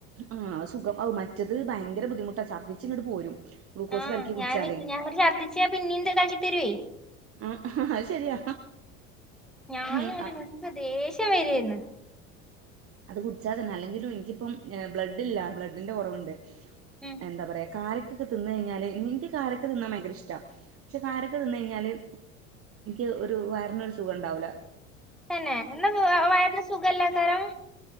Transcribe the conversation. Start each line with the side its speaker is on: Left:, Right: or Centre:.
Right: ആഹ് സുഖം ഔ മറ്റത് ഭയങ്കര ബുദ്ധിമുട്ടാ ഛർദ്ദിച്ചിങ്ങട്ട് പോരും ഗ്ലൂക്കോസ്
Centre: ആഹ്
Right: കലക്കി കുടിച്ചാലേ
Centre: ഞാന് ഞാനൊട്ട് ശർദ്ദിച്ച പിന്നീന്ത <unintelligible> തരുവേ
Right: ആഹഹഹ അത് ശരിയാ
Centre: ഞാന്
Right: ഉം
Centre: ഇങ്ങട്ട <unintelligible> ദേഷ്യം വരുവേര്ന്നു
Right: അത് കുടിച്ചാ തന്നെ അല്ലെങ്കിലും എനിക്കിപ്പം ബ്ലഡ്ഡില്ല ബ്ലഡിൻ്റെ കൊറവുണ്ട്
Centre: ഉം
Right: എന്താ പറയാ കാരക്കൊക്കെ തിന്ന് കഴിഞ്ഞാല്നിക്ക് എനിക്ക് കാരക്ക തിന്നാ ഭയങ്കര ഇഷ്ടാ ക്ഷേ കാരക്ക തിന്നയ്ഞ്ഞാല് എനിക്ക് ഒരു വയറിനൊരു സുഖണ്ടാവില്ല
Centre: തന്നെ എന്നാ വയറിന് സുഖല്ലാകാരം